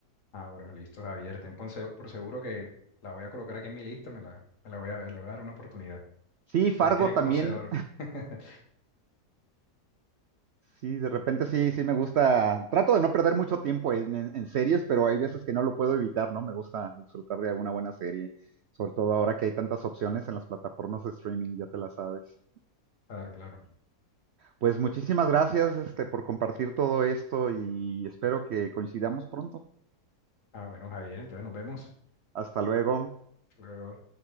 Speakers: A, on the left; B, on the right.
A: Ah, bueno, listo, Javier. Ten por seg- por seguro que la voy a colocar aquí en mi lista, me la, me la voy a ver, le voy a dar una oportunidad.
B: Sí,
A: Se
B: Fargo
A: ve que eres
B: también,
A: conocedor. <laughs>
B: Sí, de repente sí, sí me gusta. Trato de no perder mucho tiempo en, en- en series, pero hay veces que no lo puedo evitar, ¿no? Me gusta disfrutar de alguna buena serie, sobre todo ahora que hay tantas opciones en las plataformas de streaming, ya te las sabes.
A: Claro, claro.
B: Pues muchísimas gracias, este, por compartir todo esto y espero que coincidamos pronto.
A: Ah, bueno, Javier, entonces nos vemos
B: Hasta luego.
A: luego.